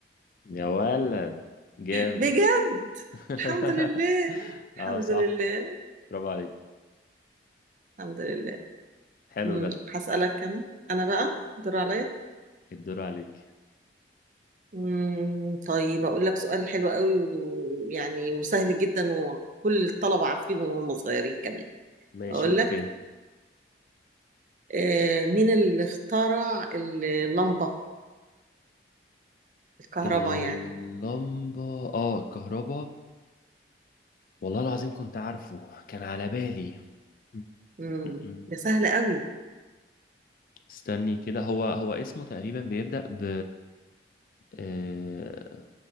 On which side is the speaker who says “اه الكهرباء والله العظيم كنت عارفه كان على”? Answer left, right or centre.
Left